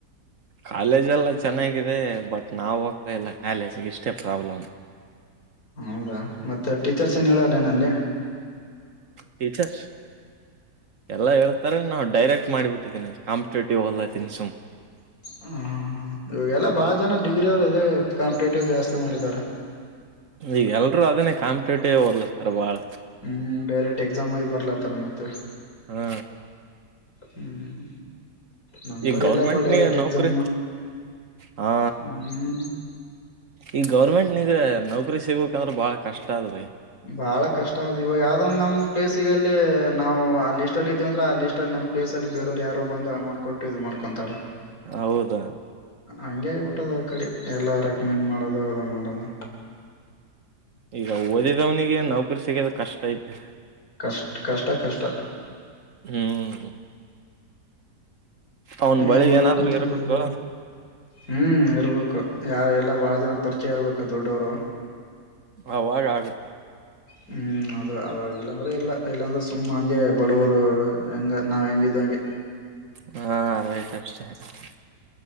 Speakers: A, on the right (about 55°); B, on the left (about 60°).
A: ಕಾಲೇಜ ಎಲ್ಲ ಚೆನ್ನಾಗಿದೆ ಬಟ್ ನಾವ ಹೋಗ್ತಾ ಇಲ್ಲ ಕಾಲೇಜ್ ಇಷ್ಟೇ ಪ್ರಾಬ್ಲಮ್
B: ಹೌದಾ ಮತ್ತೆ ಟೀಚರ್ಸ್ ಏನ್ ಹೇಳಲ್ಲ ಏನಲ್ಲಿ
A: ಟೀಚರ್ ಎಲ್ಲಾ ಹೇಳ್ತಾರೆ ನಾವು ಡೈರೆಕ್ಟ್ ಮಾಡಿಬಿಟ್ಟವಿ ಕಂಪಿಟೇಟಿವ್ ಓದಲ್ತೀನಿ ಸುಮ್
B: ಹ ಹ ಇವಾಗಲ್ಲಾ ಬಾಳ ಜನ ಡಿಗ್ರಿ ಅವರು ಇದೆ ಕಾಂಪಿಟೇಟಿವ್ ಜಾಸ್ತಿ ಮಾಡಿದ್ದಾರೆ
A: ಈಗ ಎಲ್ರರು ಅದನೇ ಕಾಂಪಿಟೇಟಿವ ಒದಲತ್ತಾರ್ ಬಾಳ
B: ಹ್ಮ್ ಡೈರೆಕ್ಟ್ ಎಕ್ಸಾಮ ಬರ್ಲತ್ತಾರ ಮತ್ತ
A: ಹಾ
B: ಹ್ಮ್ ನಮ್
A: ಈಗ
B: ಕಡೆ
A: ಗೌರ್ಮೆಂಟ್
B: ಎಲ್ಲಪ್ಪ ಡೈರೆಕ್ಟ್
A: ನೀ
B: ಎಕ್ಸಾಮ್
A: ನೌಕರಿ ಹಾ
B: ಹ್ಮ್
A: ಈಗ ಗೌರ್ಮೆಂಟ್ ನಿಗ ನೌಕರಿ ಸಿಗ್ಬೇಕ ಅಂದ್ರೆ ಬಹಳ ಕಷ್ಟ ಅದ್ ಭೈ
B: ಬಾಳ ಕಷ್ಟ ಅದ್ ಇವಾಗ ಯಾವ್ದ ಒಂದು್ ನಮ್ ಪ್ಲೇಸ್ ಈಗಲ್ಲಿ ನಾವು ಆ ಲಿಸ್ಟ್ ಅಲ್ಲಿ ಇ ಅಂದ್ರ ಆ ಲಿಸ್ಟ್ ಅಲ್ಲಿ ನಮ್ಮ್ ಪ್ಲೇಸ್ಲ್ಲಿ ಬೇರವರು ಯಾರು ಬಂದು ಅಮೌಂಟ್ ಕೊಟ್ಟು ಇದ ಮಾಡ್ಕೊಂತಾರ
A: ಹೌದ
B: ಹಂಗೆ ಆಗ್ಬಿಟ್ಟದ ಆ ಕಡೆ ಎಲ್ಲಾ ರೆಕಮೆಂಡ್ ಮಾಡೋದು ಅದು ಮಾಡೋದು
A: ಈಗ ಓದಿದವನಿಗೆ ನೌಕರಿ ಸಿಗದ ಕಷ್ಟ ಐತಿ
B: ಕಷ್ಟ ಕಷ್ಟ
A: ಹ್ಮ್ ಅವನ್
B: ಏನ್
A: ಬಳಿ
B: ಮಾಡ್ಬೇಕಂತ
A: ಏನಾದ್ರು ಇರ್ಬೇಕು
B: ಅದೇ ಹೇಳು ಹು ತಗೋಬೇಕು ಯಾರ ಎಲ್ಲ ಬಹಳ ದಿನ ಪರಿಚಯ ಇರ್ಬೇಕ ದೊಡ್ಡವರು. <unintelligible>
A: ಅವಾಗ ಆಗುತ್ತೆ. <unintelligible>
B: ಹು ಅದು ಅವಾಗ ಇಲ್ಲಾಂದ್ರೆ ಇಲ್ಲ ಇಲ್ಲಾಂದ್ರೆ ಸುಮ್ಮ ಹಂಗೆ ಬಡವರು ಹೆಂಗ ನಾವ್ ಹೆಂಗಿದ್ <unintelligible> ಹಂಗೆ? <unintelligible>
A: ಹಾ ಆರೇತಿ ಅಷ್ಟೇ? <unintelligible>